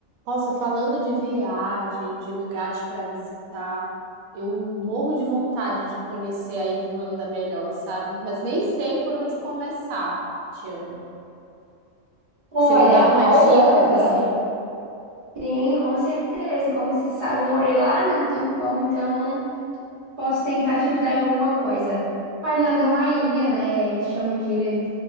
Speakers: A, on the right; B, on the right.
A: Nossa, falando de viagem, de lugares para visitar, eu morro de vontade de conhecer a Irlanda melhor, sabe? Mas nem sei por onde começar, Tiane.
B: Olha,
A: Você me dá umas
B: a Irlanda,
A: dicas assim?
B: sim, com certeza. E Como se sabe, eu morei lá, né, um tempão, então posso tentar te ajudar em alguma coisa. A Irlanda é uma ilha, né? Eles chamam de Ilha,